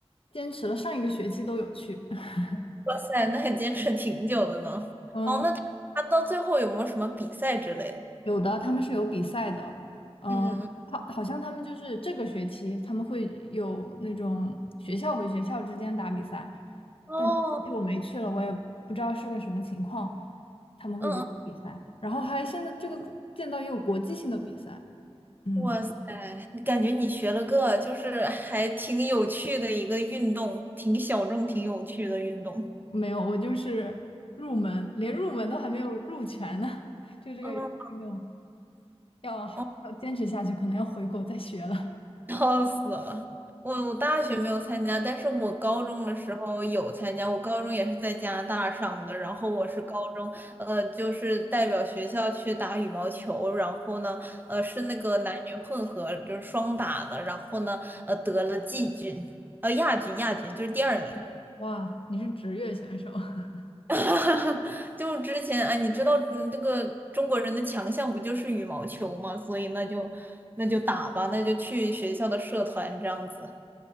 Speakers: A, on the left (about 60°); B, on the right (about 20°).
A: 坚持了上一个学期都有去。<laughs>
B: <laughs> 哇塞，那还坚持挺久的呢。
A: 嗯。
B: 哦，那他他到最后有没有什么比赛之类的？
A: 有的，他们是有比赛的，呃，
B: 嗯嗯嗯。
A: 好，好像他们就是这个学期他们会有那种学校和学校之间打比赛，
B: 哦，
A: 但这学期我没去了，我也不知道是个什么情况，他们会去比赛，
B: 嗯
A: 然后还现在这个见到也有国际性的比赛，嗯，
B: 哇塞，感觉你学了个就是还挺有趣的一个运动，挺小众、挺有趣的运动。
A: 没有，我就是入门，连入门都还没有入全呢，<laughs> 就这个运动
B: 嗯，
A: 要还要坚持下去，
B: <laughs>
A: 可能要回国再学了。
B: 笑死了！我我大学没有参加，但是我高中的时候有参加。我高中也是在加拿大上的，然后我是高中，呃，就是代表学校去打羽毛球，然后呢，呃，是那个男女混合，就是双打的，然后呢，呃，得了季军，呃，亚军，亚军就是第二名。
A: 哇，你是职业选手。<laughs>
B: <laughs> 就之前哎，你知道，嗯，这个中国人的强项不就是羽毛球吗？所以那就那就打吧，那就去学校的社团这样子。